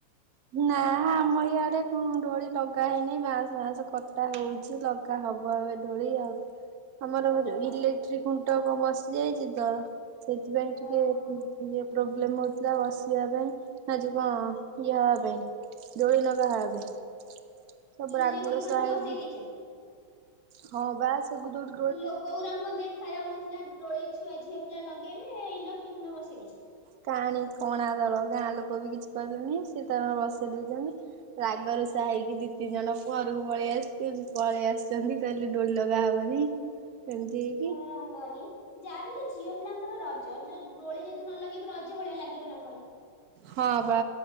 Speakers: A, on the right; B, on the left.
A: ନା ଆମ ଇଆଡେ ଡୋଳି ଲଗା ହେଇନି ବାଁସ ଫାସ କଟା ହଉଛି ଲଗା ହବ ଏବେ ଦୋଳି ଆଉ ଆମର
B: ଓହୋ
A: ଇଲେକ୍ଟ୍ରିକ ଖୁଣ୍ଟ କଣ ବସିଯାଇଛି ତ। ସେଥିପାଇଁ
B: ଓହୋ
A: ଟିକେ ଇଏ ପ୍ରୋବ୍ଲେମ ହଉଥିଲା ବସିବା ପାଇଁ ନା ଯ କଣ? ଇଏ ହେବା ପାଇଁ ଦୋଳି ଲଗା ହେବା ପାଇଁ ସବୁ
B: ଇଲେକ୍ଟ୍ରି
A: ରାଗ ରୁଷା
B: ଖଣ୍ଟ
A: ହେଇକି।
B: ବସେଇ ଦେଇଛନ୍ତି।
A: ହଁ ସବୁ <unintelligible>
B: ଲୋକ ଗୁୁରାଙ୍କ ଦେଖା ଯାଉନଥିଲା ଡୋଳି ଛୁଆ ଝିଅ ପିଲା ଲଗେଇବେ ଇଲେକ୍ଟ୍ରିକ ଖୁଣ୍ଟ ବସେଇ ଦେଇଛନ୍ତି।
A: କାଣି କଣା ଦଳ ଗାଁ ଲୋକ ବି କିଛି କହିଲେନି ସ ତାର ବସେଇ ଦେଇଛନ୍ତି। ରାଗରୁସା ହେଇକି ଦି ତିନି ଜଣ ଘରକୁ ପଳେଇ ଆସିଛି ପଳେଇ ଆସିଛନ୍ତି କହିଲେ ଡୋଳି ଲଗା ହେବନି। ହ ସେମିତି
B: ହଁ କହନି। ଯାହା ବି ହେଲେ ଝିଅ ପିଲାଙ୍କର ରଜ ଡୋଳି ଯଦି ନ ଲଗେଇବ ରଜ ଭଳିଆ ଲାଗିବ ନା କହନି।
A: ହଁ ବା